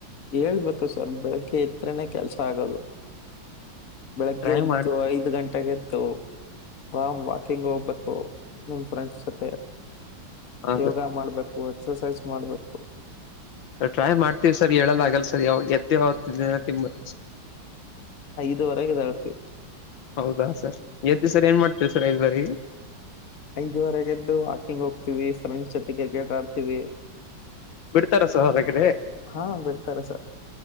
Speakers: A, on the left; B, on the left.
A: ಹೇಳ್ಬೇಕು ಸರ್ ಬೆಳಗ್ಗೆ ಇದತ್ರನೆ ಕೆಲ್ಸ ಆಗೋದು ಬೆಳಗ್ಗೆ
B: ಟ್ರೈ
A: ಎದ್ದು
B: ಮಾಡ
A: ಐದ್ ಗಂಟೆಗೆ ಎದ್ದು ಆಾಮ್ ವಾಕಿಂಗ್ ಹೋಗ್ಬೇಕು ನಿಮ್ ಫ್ರೆಂಡ್ಸ್ ಜೊತೆ
B: ಹಾ
A: ಯೋಗ ಮಾಡ್ಬೇಕು ಎಕ್ಸಸೈಸ್ ಮಾಡ್ಬೇಕು.
B: ಟ್ರೈ -ಮಾಡ್ತೀವಿ ಸರ್ ಹೇಳಲ್ಲಾಗಗಲ್ಲ ಸರ್ ಯಾವಾಗ ಎದ್ದು ಯಾವತ್ತು ದಿನ ತಿಂಬತ್ತ
A: ಒಂವರೆಗೆಳ್ತೀವಿ
B: ಹೌದಾ ಸರ್ ಎತಿ ಸರ್ ಏನ್ ಮಾಡ್ತೇವಿ ಸರ್ ಐದ್ ಬಾರಿಗೆ
A: ಐದುವರೆಗೆದ್ದು ಹಾಕಿಂಗ್ ಹೋಗ್ತಿವಿ ಫ್ರೆಂಡ್ಸ್ ಜೊತೆ ಕ್ರಿಕೇಟಟ್ ಆಡ್ತಿವಿ
B: ಬಿಡ್ತಾರ ಸರ್ ಹೊರಗಡೆ
A: ಹಾ- ಬಿಡ್ತಾರೆ ಸರ್